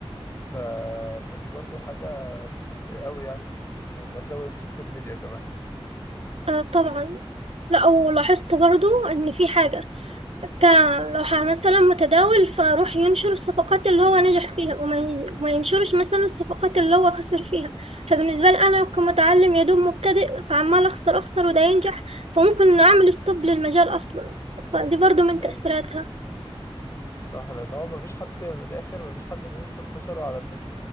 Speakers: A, on the left; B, on the right.
A: ف... فدي برضو حاجة بتفرق قوي يعني ومساوئ السوشيال ميديا كمان
B: آه طبعا لا ولاحظت برضه ان في حاجة كلو مثلا متداول فاروح ينشر الصفقات اللي هو نجح فيها وما ي- وما ينشرش مثلا الصفقات اللي هو خسر فيها فبالنسبة لي أنا كمتعلم يا دوب مبتدئ فعمال أخسر أخسر وده ينجح فممكن أعمل ستوب للمجال أصلا فدي برضو من
A: ايوه
B: تأثيراتها
A: صح صح لان هو مفيش حد في الاخر مفيش حد بينشر فشله على النت